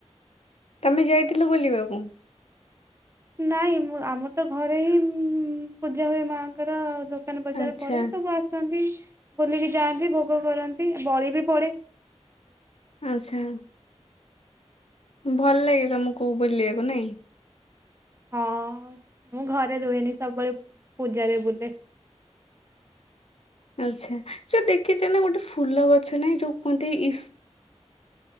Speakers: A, on the left; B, on the right.
A: ତମେ ଯାଇଥିଲ ବୁଲିବାକୁ?
B: ନାଇଁଁ ମୁଁ ଆମର ତ ଘରେ ହିଁ ପୂଜା ହୁଏ ମାଆଙ୍କର ଦ କାନ ବଜାର
A: ଆଚ୍ଛା
B: ପଡ଼େ ସବୁ ଆସନ୍ତି। ବୁଲିକି ଯାଆନ୍ତି ଭୋଗ କରନ୍ତି ବଳି ବି ପଡ଼େ।
A: ଆଚ୍ଛା ଭଲ ଲାଗେ ତମୁକୁ ବୁଲିଆକୁ ନାଇଁ?
B: ହଁ ମୁଁ ଘରେ ରୁହନି ସବୁବେଳେ ପୂଜାରେ ବୁଲେ।
A: ଆଚ୍ଛା ଯୋଉ ଦେଖିଚ ନାଁ ଗୋଟେ ଫୁଲ ଗଛ ନାଇଁ ଯୋଉ କୁହନ୍ତି ଇସ୍